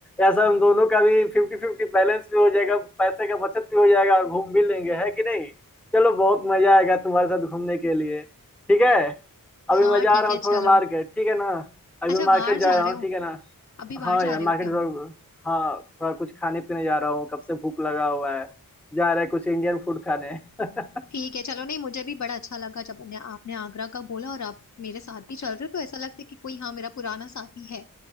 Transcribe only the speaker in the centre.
ऐसा हम दोनों का भी फिफ्टी फिफ्टी बैलेंस भी हो जाएगा पैसे का बचत भी हो जाएगा घूम भी लेंगे है कि नहीं चलो बहुत मजा आएगा तुम्हारे साथ घूमने के लिए ठीक है अभी
मैं जा
रहा
हूँ थोड़ा
मार्केट ठीक है ना अभी
मार्केट
जा
रहा
हूँ
ठीक है ना
हाँ
यार
मार्केट
जरूर हाँ थोड़ा कुछ खाने पीने जा रहा हूँ कब से भूख लगा हुआ है जा रहा है कुछ इंडियन फूड खाने <laughs>